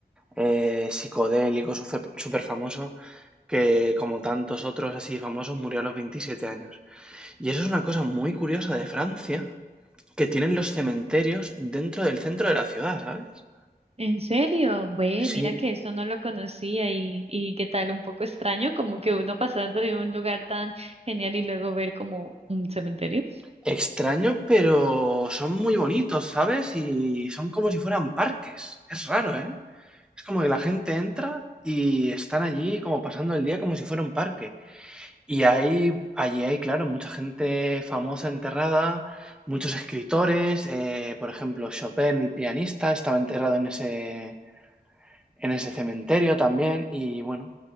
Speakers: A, in the centre; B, on the right (about 40°).
A: eh, psicodélico, súper famoso, que como tantos otros así famosos murió a los 27 años. Y eso es una cosa muy curiosa de Francia, que tienen los cementerios dentro del centro de la ciudad, ¿sabes?
B: ¿En serio? Ve,
A: Sí,
B: mira que esto no lo conocía y, y qué tal, un poco extraño, como que uno pasando de un lugar tan genial y luego ver como un cementerio.
A: extraño, pero son muy bonitos, ¿sabes? Y son como si fueran parques. Es raro, ¿eh? Es como que la gente entra y están allí como pasando el día como si fuera un parque. Y hay, allí hay, claro, mucha gente famosa enterrada, muchos escritores, eh, por ejemplo, Chopin, el pianista, estaba enterrado en ese, en ese cementerio también. Y bueno,